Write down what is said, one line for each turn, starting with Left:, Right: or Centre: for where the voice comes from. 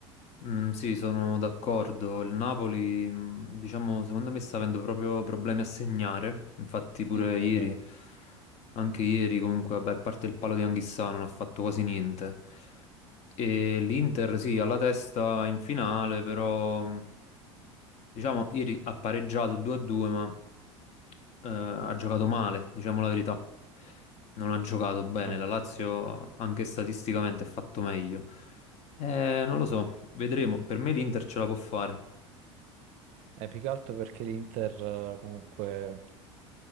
Left: Mm, sì, sono d'accordo. Il Napoli, mm, diciamo, secondo me sta avendo proprio problemi a segnare. Infatti pure
Right: Mm,
Left: ieri,
Right: è vero.
Left: anche ieri comunque, vabbè, a parte il palo di Anghissà non ha fatto quasi niente. E l'Inter, sì, alla testa in finale, però mm, diciamo ieri ha pareggiato 2-2, ma eh, ha giocato male, diciamo la verità. Non ha giocato bene.
Right: Eh,
Left: La Lazio
Right: sì, sì.
Left: anche statisticamente ha fatto meglio. Eh, non lo so, vedremo. Per me l'Inter ce la può fare.
Right: Eh, più che altro perché l'Inter eh, comunque,